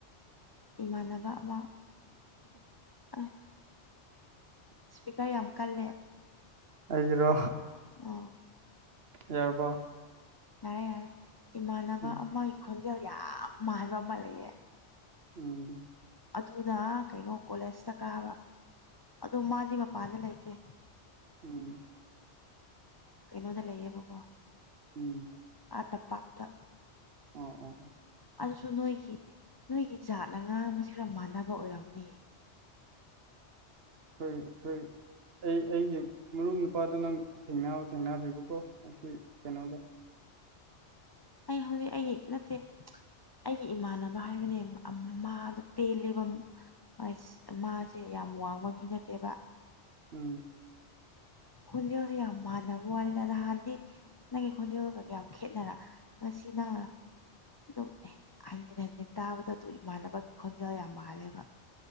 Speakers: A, on the left (about 40°); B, on the right (about 60°).
A: ꯏꯃꯥꯟꯅꯕ ꯑꯃ ꯑ ꯏꯁꯄꯤꯀꯔ ꯌꯥꯝ ꯀꯜꯂꯦ
B: ꯑꯩꯒꯤꯔꯣ
A: ꯑꯣ
B: ꯌꯥꯔꯕꯣ
A: ꯌꯥꯔꯦ ꯌꯥꯔꯦ ꯏꯃꯥꯟꯅꯕ
B: ꯎꯝ
A: ꯑꯃꯒꯤ ꯈꯣꯟꯖꯦꯜ ꯌꯥꯝ ꯃꯥꯟꯕ ꯑꯃ ꯂꯩꯌꯦ
B: ꯎꯝ
A: ꯑꯗꯨꯅ ꯀꯩꯅꯣ ꯀꯣꯂꯦꯖꯇ ꯀꯥꯕ ꯑꯣ ꯃꯥꯗꯤ ꯃꯄꯥꯟꯗ ꯂꯩꯇꯦ
B: ꯎꯝ
A: ꯀꯩꯅꯣꯗ ꯂꯩꯌꯦꯕꯀꯣ
B: ꯎꯝ
A: ꯑꯇ ꯄꯥꯛꯇ
B: ꯑꯣ ꯑꯣ ꯑꯣ
A: ꯑꯗꯨꯁꯨ ꯅꯣꯏꯒꯤ ꯅꯣꯏꯒꯤ ꯖꯥꯠꯅ ꯉꯥꯡꯕꯁꯤ ꯈꯔ ꯃꯥꯟꯅꯕ ꯑꯣꯏꯔꯝꯅꯤ
B: <unintelligible> ꯑꯩ ꯑꯩꯒꯤ ꯃꯔꯨꯞ ꯅꯨꯄꯥꯗꯨ ꯅꯪ ꯊꯦꯡꯅ ꯊꯦꯡꯅꯗ꯭ꯔꯤꯕꯀꯣ ꯑꯁꯤ ꯀꯩꯅꯣꯗ
A: ꯑꯩ ꯍꯧꯖꯤꯛ ꯑꯩꯒꯤ ꯅꯠꯇꯦ ꯑꯩꯒꯤ ꯏꯃꯥꯟꯅꯕ ꯍꯥꯏꯕꯅꯦ ꯑꯝ ꯑꯃꯥꯗ ꯇꯦꯜꯂꯤꯕꯝ ꯑꯥꯏꯁ ꯃꯥꯁꯦ ꯌꯥꯝ ꯋꯥꯡꯕ ꯃꯤ ꯅꯠꯇꯦꯕ
B: ꯎꯝ
A: ꯈꯣꯟꯖꯦꯜꯗꯤ ꯌꯥꯝ ꯃꯅꯕꯋꯥꯅꯦꯗ ꯅꯍꯥꯟꯗꯤ ꯅꯪꯒꯤ ꯈꯣꯟꯖꯦꯜꯒ ꯌꯥꯝ ꯈꯦꯠꯅꯔ ꯉꯁꯤ ꯅ ꯑꯗꯨꯝ ꯍꯟꯖꯤꯟ ꯍꯟꯖꯤꯟ ꯇꯥꯕꯗ ꯑꯗꯨ ꯏꯃꯥꯟꯅꯕꯒꯤ ꯈꯣꯟꯖꯦꯜ ꯌꯥꯝ ꯃꯥꯜꯂꯦꯕ